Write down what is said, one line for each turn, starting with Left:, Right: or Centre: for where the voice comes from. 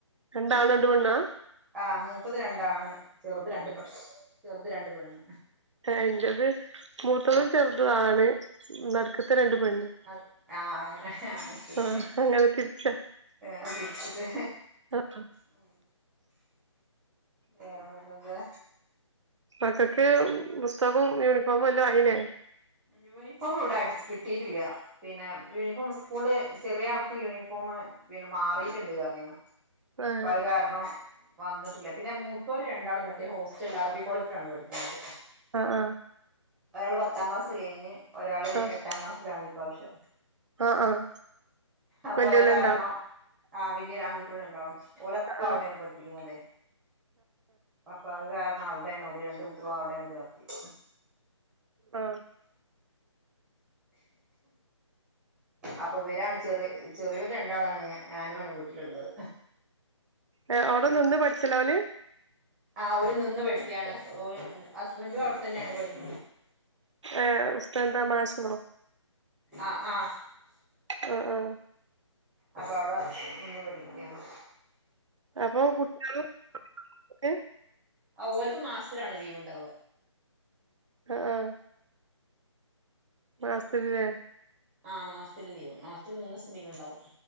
Right: രണ്ടാണും രണ്ടുപെണ്ണാ
Centre: ആഹ് മൂത്തത് രണ്ടാണ് ചെർത് രണ്ട് പട് ചെർത് രണ്ട് പെണ്ണ്
Right: ഇന്റത് മൂത്തതും ചെറുതും ആണ് നട്ക്ക്ത്തെ രണ്ട് പെണ്ണ്
Centre: അത് ആഹ് അങ്ങനെ അഹ് ശെരി
Right: ആഹ് അങ്ങനെ തിരിച്ചാ
Centre: അത് തിരിച്ചിട്ട്
Right: ആഹ്
Centre: ഉം വേറെപ്പന്താ
Right: മക്കക്ക് പുസ്തകും യൂണിഫോമും എല്ലാം ആയിലേ
Centre: യൂണിഫോമ് ഇവടെ അടിച്ച് കിട്ടീട്ടില്ല പിന്നെ യൂണിഫോമ് സ്കൂള് ചെറിയ ആൾക്ക് യൂണിഫോമ് പിന്നെ മാറീട്ട്ണ്ട് പറഞ്ഞീന്നു
Right: ഏഹ്
Centre: അപ്പ അത് കാരണം വന്നിട്ടില്ല പിന്നെ മൂത്തോര് രണ്ടാളും മറ്റേ ഹോസ്റ്റൽല അർബി കോളേജിലാണ് പഠിക്കുന്നത്
Right: ആഹ് ആഹ്
Centre: ഒരാള് പത്താം ക്ലാസ് കഴിഞ്ഞ് ഒരാള്
Right: ആഹ്
Centre: എട്ടാം ക്ലാസ്സിലാണ് ഈ പ്രാവിശ്യം
Right: ആഹ് ആഹ്
Centre: അപ്പൊ
Right: വല്യോല്ണ്ടാ
Centre: അത്കാരണം ആഹ് വെല്ല്യൊരാൺകുട്ട്യള് രണ്ടാളു ഓലപ്പ
Right: ആഹ്
Centre: അവുടേണ് പഠിപ്പിക്ക്ണതെ അപ്പ അത്കാരണം അവിടെണ് ഓല് രണ്ട് കുട്ട്യളും അവുടേണ് ചേർത്തിയത്
Right: ആഹ്
Centre: അപ്പൊ ഇവരാണ് ചെറിയ ചെറിയൊരു രണ്ടാളാണ് ഞാനു ആണ് വീട്ടിലുള്ളത്
Right: ഏഹ് അവുടെ നിന്ന് പഠിച്ചല ഓന്
Centre: ആഹ് ഓല് നിന്ന് പഠിക്ക്യാണ് ഓല് ഹസ്ബൻറും അവുടെ തന്നേണ് പഠി
Right: ഏഹ് ഉസ്താ മാഷോ
Centre: ആഹ് ആഹ്
Right: അഹ് ആഹ്
Centre: അപ്പൊ അവിടെ നിന്ന് പഠിക്ക്യാണ്
Right: അപ്പൊ കുട്ട്യാളും <inaudible> ഓക്കെ
Centre: ആഹ് ഓൽക്ക് മാസത്തിലാണ് ലീവ് ഇണ്ടാവ
Right: ആഹ് ആഹ് മാസത്തില് ല്ലേ
Centre: ആഹ് മാസത്തില് ലീവ് മാസത്തിൽ മൂന്നൂസം ലീവ് ഉണ്ടാവും